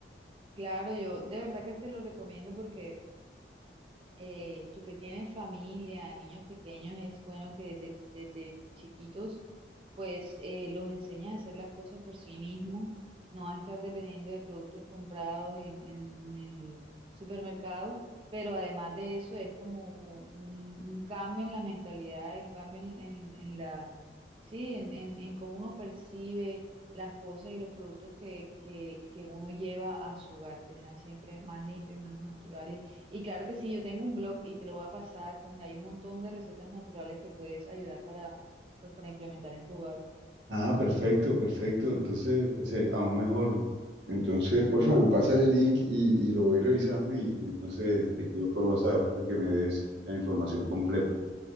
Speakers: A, on the right; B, on the right.
A: claro, yo de verdad que te lo recomiendo porque eh, tú que tienes familia, niños pequeños, es bueno que desde, desde chiquitos pues eh, los enseñes a hacer las cosas por sí mismos, no a estar dependiendo de productos comprados en, en el supermercado, pero además de eso es como un, un cambio en la mentalidad, un cambio en, en- en la, sí, en, en, en cómo uno percibe las cosas y los productos que, que, que uno lleva a su hogar, que sean siempre más limpios, más naturales y claro que sí, yo tengo un blog y te lo voy a pasar donde hay un montón de recetas naturales que puedes ayudar para, pues, para implementar en tu hogar.
B: Ah, perfecto, perfecto. Entonces, ser- aún mejor. Entonces, por favor, me pasas el link y, y lo voy revisando y, y entonces
A: Sí,
B: te escribo por WhatsApp para que me des la información completa.